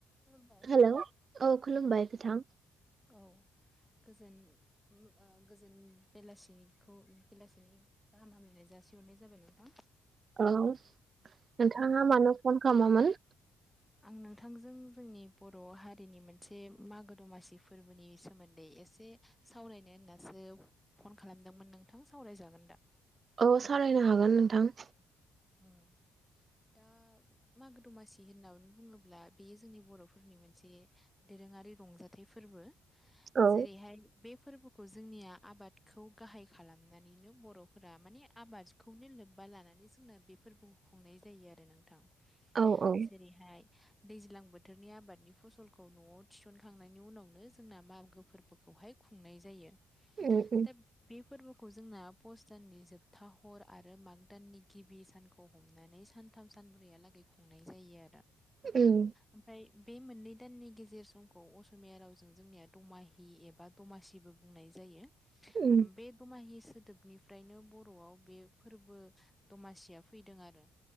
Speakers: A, in the centre; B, on the right.
A: खुलुमबाय
B: हेलौ औ खुलुमबाय नोंथां
A: औ गोजोन उम ओ गोजोन बेलासिखौ बेलासिनि गाहाम हामलायनाय जासिहरनाय जाबाय नोंथां।
B: औ नोंथाङा मानो फन खामामोन?
A: आं नोंथांजों जोंनि बर' हारिनि मोनसे मागो दमासि फोरबोनि सोमोन्दै एसे सावरायनो होननासो फन खालामदोंमोन नोंथां सावरायजागोन दा?
B: औ सावरायनो हागोन नोंथां।
A: ओम दा मागो दमासि होननानै बुङोब्ला बेयो जोंनि बर'फोरनि मोनसे दोरोङारि रंजाथाइ फोरबो
B: औ
A: जेरैहाय बे फोरबोखौ जोंनिया आबादखौ गाहाइ खालामनानैनो बर'फोरा माने आबाद खौनो लोबबा लानानै जोंना बे फोरबोखौ खुंनाय जायो आरो नोंथां
B: औ औ
A: जेरैहाय दैज्लां बोथोरनि आबादनि फसलखौ न'आव थिसनखांनायनि उनावनो जोंना मागो फोर बोखौहाय खुंनाय जायो।
B: उम उम।
A: दा बे फोरबोखौ जोंना पुष दाननि जोबथा हर आरो माग दाननि गिबि सानखौ हमनानै सानथाम सानब्रैहालागै खुंनाय जायो आरो।
B: उम
A: आमफाय बे मोननै दाननि गेजेर समखौ असमिया रावजों जोंनिया दमाहि एबा दमासिबो बुंनाय जायो।
B: उम
A: बे दमाहि सोदोबनिफ्रायनो बर'आव बे फोरबो दमासिया फैदों आरो।